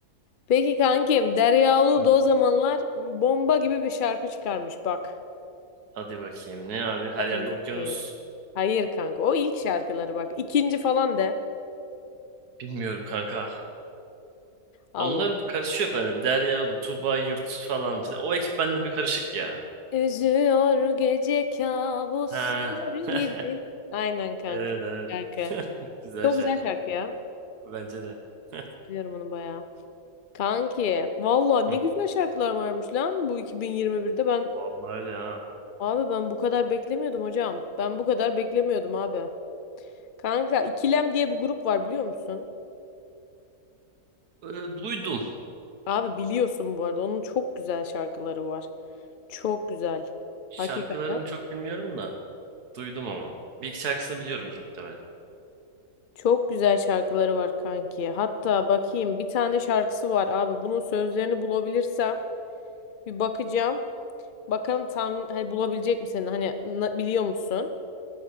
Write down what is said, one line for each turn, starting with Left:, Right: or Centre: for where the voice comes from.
Left: Peki kankim Derya Ulu
Right: Hı.
Left: o zamanlar bomba gibi bir şarkı çıkarmış bak.
Right: Hadi bakayım. Ne abi? Her
Left: Hadi
Right: yerde
Left: bakayım.
Right: okyanus.
Left: Hayır kanka o ilk şarkıları bak. İkinci falan de.
Right: Bilmiyorum kanka.
Left: Allah.
Right: Onlar da karışıyor bende. Derya, Tuba, Yurt falan filan. O ekip bende bir karışık ya.
Left: Üzüyor gece kabuslar
Right: Ha. <laughs>
Left: gibi. Aynen kanka.
Right: Evet evet.
Left: Şarkı.
Right: <laughs> Güzel
Left: Çok
Right: şarkıydı.
Left: güzel şarkı ya.
Right: Bence de. <laughs>
Left: Seviyorum onu bayağı. Kanki valla ne
Right: Hı,
Left: güzel şarkılar varmış lan bu 2021'de ben
Right: Vallahi öyle ha.
Left: abi ben bu kadar beklemiyordum hocam. Ben bu kadar beklemiyordum abi. Kanka İkilem diye bir grup var biliyor musun?
Right: Ee, duydum.
Left: Abi biliyorsun bu arada onun çok güzel şarkıları var. Çok güzel.
Right: Şarkılarını
Left: Hakikaten
Right: çok bilmiyorum da. Duydum ama. Bir iki şarkısını biliyorumdur muhtemelen.
Left: çok güzel şarkıları var kanki. Hatta bakayım bir tane şarkısı var abi. Bunun sözlerini bulabilirsem bir bakacağım. Bakalım tam hani bulabilecek misin? Hani na- biliyor musun?